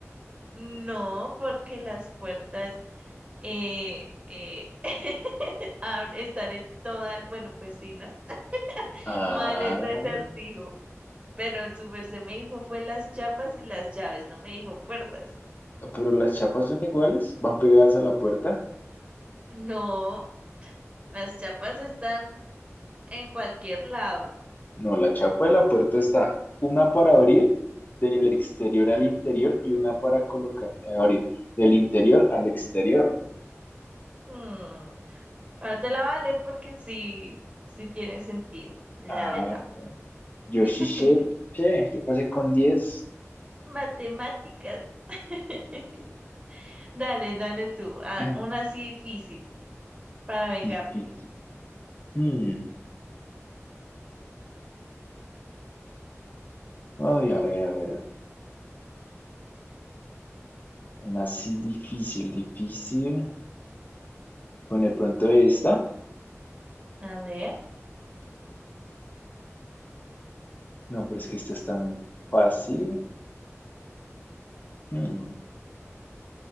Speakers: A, on the right; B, on the left.
A: No, porque las puertas eh, eh, <laughs> ab- están en toda, bueno, pues sí, ¿no?
B: Ah,
A: Mal ese acertijo. Bueno, su merced me dijo fue las chapas y las llaves, no me dijo puertas.
B: pero las chapas son iguales, van pegadas a la puerta.
A: No, las chapas están en cualquier lado.
B: No, la chapa de la puerta está una para abrir del exterior al interior y una para colocar, eh, abrir del interior al exterior.
A: Hmm, Ahora te la voy a leer porque sí, sí tiene sentido, la
B: Ah,
A: verdad.
B: yo
A: <laughs>
B: sí sé, sí sé, yo pasé con diez
A: Matemáticas. <laughs> Dale, dale tú. ah,
B: <clears throat>
A: una así difícil para vengarte.
B: Difícil. Hmm. Ay, a ver, a ver. Una así difícil, difícil. Con de pronto esta.
A: A ver.
B: No, pero es que esta está muy fácil. Hmm.